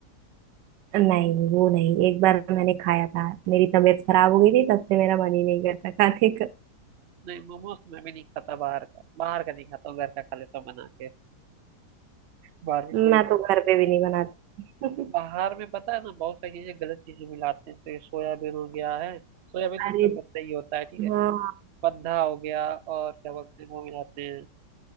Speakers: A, on the right; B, on the right.
A: नहीं वो नहीं एक बार मैंने खाया था मेरी तबीयत खराब हो गई थी तब से मेरा मन ही नहीं करता खाने का
B: नहीं मोमोज तो मैं भी नहीं खाता बाहर का बाहर का नहीं खाता हूँ घर का खा लेता हूँ बना के बाहर का
A: मैं
B: क्यों ही
A: तो घर पे भी नहीं बनाती
B: बाहर
A: <laughs>
B: में पता है ना बहुत सारी चीजें गलत चीजें मिलाते हैं तो ये सोयाबीन हो गया है सोयाबीन तो
A: अरे
B: तो गंदा ही होता है ठीक है
A: हाँ
B: पद्धा हो गया और क्या बोलते हैं वो मिलाते हैं